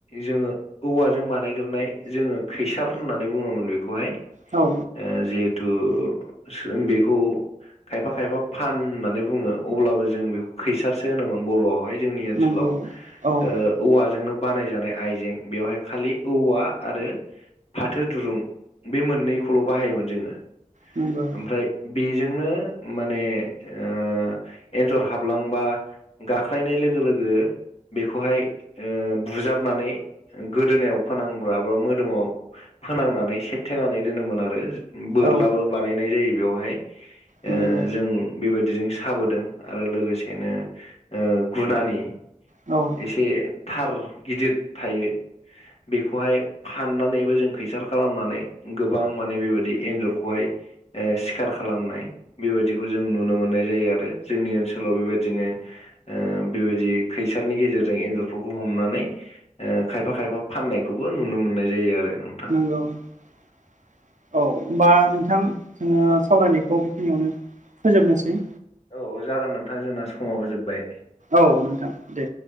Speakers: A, on the left (about 50°); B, on the right (about 65°).
A: जोङो औवाजों बानायगोरनाय जोङो खैसार होननानै बुङोमोन बेखौहाय।
B: औ
A: ओ जिहेथु सों बेखौ खायफा खायफा फान होननानै बुङो अब्लाबो जों बेखौ खैसारसो होनोमोन बर'आवहाय जोंनि ओनसोलाव।
B: नंगौ औ
A: ओ औवाजोंनो बानायजानाय आइजें बेवहाय खालि औवा आरो फाथो दुरुं बे मोननैखौल' बाहायोमोन जोङो।
B: नंगौ
A: ओमफ्राय बेजोंनो माने ओ एनजर हाबलांबा ‌ गाख्लायनाय लोगो लोगो बेखौहाय ओ बुजाबनानै गोदोनायाव फोनांब्ला बा मोदोमाव फोनांनानै सेेरथेनानै दोनोमोन आरो। बोरलाबो
B: औ
A: बानायनाय जायो बेयावहाय
B: नंगौ
A: ओ जों बेबायदिजों साबोदों आरो लोगोसेनो ओ गुनानि
B: औ
A: एसे थार गिदिद थायो। बेखौहाय फाननानैबो जों खैसार खालामनानै गोबां माने बेबायदि एन्जरखौहाय ओ सिखार खालामनाय बेबायदिखौ जों नुनो मोननाय जायो आरो जोंनि ओनसोलाव बेबायदिनो ओ बेबायदि खैसारनि गेजेरजों एन्जरफोरखौ हमनानै ओ खायफा खायफा फाननायखौबो नुनो मोननाय जायो आरो उम।
B: <unintelligible> औ होमबा नोंथां जोङो सावरायनायखौ बेखिनियावनो फोजोबनोसै।
A: औ जागोन नोंथां जोंना समाबो जोबबाय।
B: औ नोंथां दे।